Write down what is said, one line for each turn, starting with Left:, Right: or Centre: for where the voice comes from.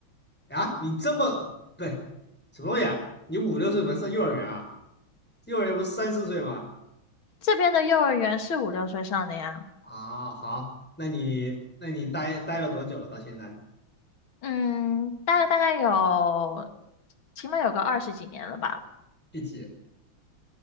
Centre: 啊？你这么，对，什么东西啊？你五六岁怎么上幼儿园啊？幼儿园不是三四岁吗？
Left: 这边的幼儿园是五六岁上的呀。
Centre: 啊，好，那你那你待待了多久了？到现在
Left: 嗯，大概大概有起码有个二十几年了吧，
Centre: 具体？